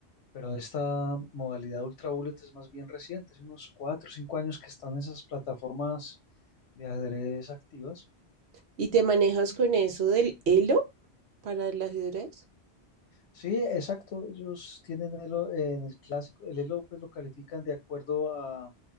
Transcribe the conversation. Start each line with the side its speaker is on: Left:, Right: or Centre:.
Left: pero esta modalidad ultra bullet es más bien reciente, hace unos cuatro o cinco años que están esas plataformas de ajedrez activas.
Right: ¿Y te manejas con eso del Elo para el ajedrez?
Left: Sí, exacto. Ellos tienen elo en el clásico, el elo pues lo califican de acuerdo a,